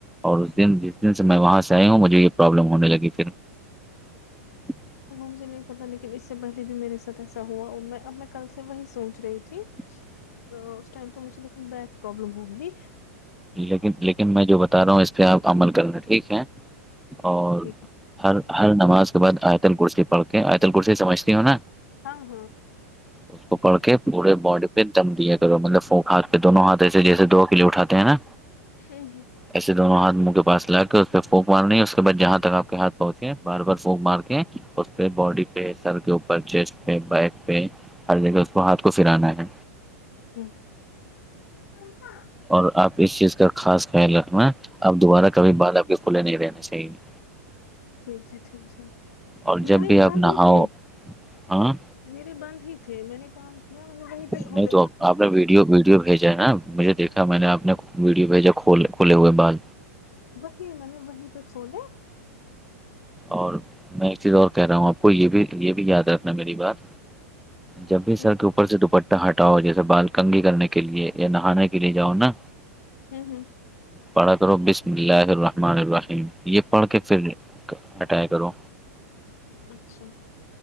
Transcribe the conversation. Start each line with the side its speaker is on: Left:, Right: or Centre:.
Centre: اور اس دن جس دن سے میں وہاں سے آئی ہوں مجھے یہ پرابلم ہونے لگی پھر <inaudible>
Left: وہاں مجھے نہیں پتا لیکن اس سے پہلے بھی میرے سھ ایسا ہوا میں اب میں کل سے وہی سوچ رہی تھی
Centre: <inaudible>
Left: اس ٹائم تو مجھے لیکن بیک پروابلم ہو گئی
Centre: لیکن لیکن میں جو بتا رہا ہوں اس پہ آپ عمل کر رہے ہیں ٹھیک ہے اور
Left: لیکن
Centre: ہر ہر نماز کے بعد آتل کرسی پڑھ کے آتل کرسی سمجھتی ہوں نا
Left: ہاں ہاں
Centre: اس کو پڑ کے پورے باڈی دم دیا کرو مطلب ف ہاتھ پہ دونوں ہاتھ ایے جیسے دو کلے اٹھاتے ہیں نا
Left: ہوں ہ
Centre: ایسے دونوں ہاتھ منہ کے پاس لا کے اس پہ پھونک مارنی اس کے بعد جہاں تک آپ کے ہاتھ پہنچے بار بار پھونک مار کے اس پہ باڈی پہ سر کے اوپر چیسٹ پہ بیک پہ ہر جگہ اس کو ہاتھ کو پھرانا ہے
Left: ہ <unintelligible>
Centre: اور آپ اس چیز کا خاص خیال رکھنا آپ دوبارہ کبھی بعال آپ کے کھلے نہیں رہنے چاہیے <inaudible>
Left: ٹھیک سے ٹھیک سے
Centre: اور
Left: میں
Centre: جب بھی آپ
Left: باند
Centre: نہاؤ
Left: تھ
Centre: ہاں
Left: میرے بند ہی تھے میں نے کام کیا میں نے وہیں پہ
Centre: نہیں
Left: کھوول
Centre: تو آپ نے ویڈیو ویڈیو بھیجا ہے نا مجھے دیکھا میں نے آپ نے ویڈیو بھیجا کھول کھولے ہوئے بعد
Left: وہی میں نے وہیں پہ کھولے
Centre: اور میں ایک چیز اور کہہ رہا ہوں آپ کو یہ بھی یہ بھی یاد رکھنا ہے میری بات جب بھی
Left: ہوں
Centre: سر
Left: ہوں
Centre: کے اوپر سے دوپٹہ ہٹاؤ جیسے بال کنگھی کرنے کے لیے یا نہانے کے لیے جاؤ نا
Left: ہوں ہوں
Centre: پڑا کرو بسم اللہ الرحمن الرحیم یہ پڑھ کے فر ہٹیں کروں
Left: اچھا